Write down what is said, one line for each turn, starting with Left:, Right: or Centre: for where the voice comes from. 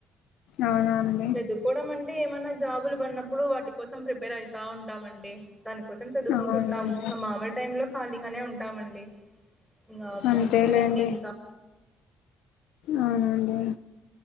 Left: అవునవున్.
Centre: చదువుకోవడం అండి ఏమన్నా జాబులు పడినప్పుడు వాటి కోసం ప్రిపేర్ అయితా ఉంటామండి. దానికోసం చదువుకుంటుంటాము
Left: అవునండి
Centre: ఇ మామూలు టైం లో ఖాళీగానే ఉంటామండి. ఇంగ
Left: అంతేలేండి
Centre: అంతేనండి ఇంకా.
Left: అవునండి.